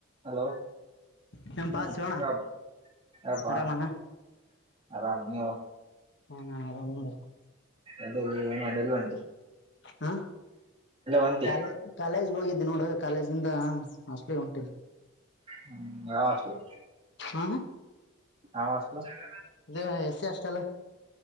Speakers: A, on the right; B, on the left.
A: ಹಲೋ
B: ನಮ್
A: ಹ್ಮ್
B: ಪಾ ಶಿವಣ
A: ಹೇಳಪ್ಪಾ ಹೇಳಪ್ಪಾ
B: ಆರಾಮಣ
A: ಆರಾಮ ನೀ ಅವ
B: ಹಾ ಆರಾಮ್ ನೋಡ
A: ಅ ಏನು ಅಲ್ಲ ಒಂಟರಿ
B: ಹಾ
A: ಒಂಟಿ
B: ಕಾಲ ಕಾಲೇಜ್ಗೆ ಹೋಗಿದ್ದಿ ನೋಡು ಕಾಲೇಜಿಂದ ಅಸ್ಲಿ ಹೊಂಟನ್
A: ಹ್ಮ್ ಯಾವ ಸ
B: ಹ
A: ನಾಮಸ್ತ <unintelligible>
B: ಎಸ್ಸಿ ಎಸ್ಟಿ ಅಷ್ಟ ಅಲ್ಲ